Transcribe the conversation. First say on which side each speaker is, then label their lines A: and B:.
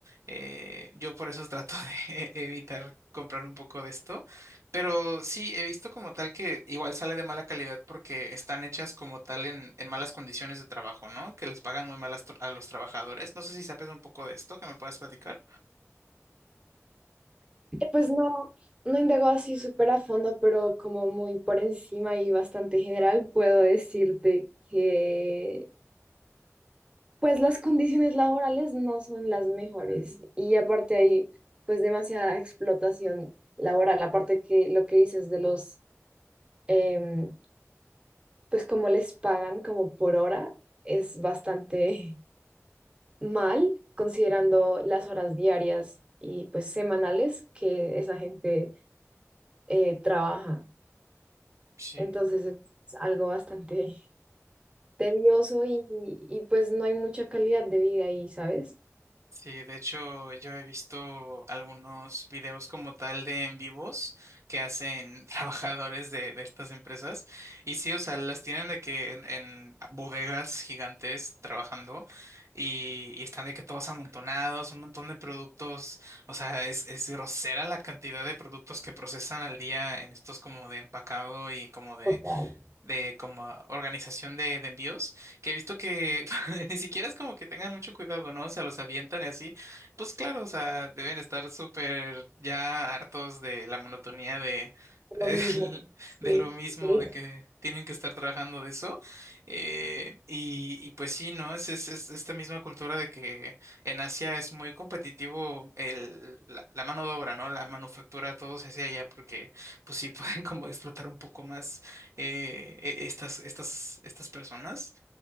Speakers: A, on the right; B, on the right.
A: Eh, yo por eso trato de <laughs> evitar comprar un poco de esto. Pero sí, he visto como tal que igual sale de mala calidad porque están hechas como tal en, en malas condiciones de trabajo, ¿no? Que les pagan muy mal a, a los trabajadores. No sé si sabes un poco de esto, que me puedas platicar.
B: Eh, pues no, no indago así súper a fondo, pero como muy por encima y bastante general, puedo decirte que pues las condiciones laborales no son las mejores y aparte hay pues demasiada explotación laboral, aparte que lo que dices de los, em, pues como les pagan como por hora es bastante <laughs> mal considerando las horas diarias y pues semanales que esa gente eh, trabaja.
A: Sí.
B: Entonces es es algo bastante tedioso y, y pues no hay mucha calidad de vida ahí, ¿sabes?
A: Sí, de hecho yo he visto algunos videos como tal de en vivos que hacen <laughs> trabajadores de, de estas empresas y sí, o sea, las tienen de que en, en bodegas gigantes trabajando y, y están de que todos amontonados, un montón de productos, o sea, es, es grosera la cantidad de productos que procesan al día en estos como de empacado y como
B: Total.
A: de como organización de, de envíos, que he visto que <laughs> ni siquiera es como que tengan mucho cuidado, ¿no? O sea, los avientan y así. Pues claro, o sea, deben estar súper ya hartos de la monotonía de, <laughs>
B: Lo mismo, sí.
A: de lo mismo,
B: por
A: de que tienen que estar trabajando de eso. Eh, y, y pues sí, ¿no? Es, es, es esta misma cultura de que en Asia es muy competitivo el, la, la mano de obra, ¿no? La manufactura, todo se hace allá porque pues sí <laughs> pueden como explotar un poco más eh, e- estas, estas, estas personas.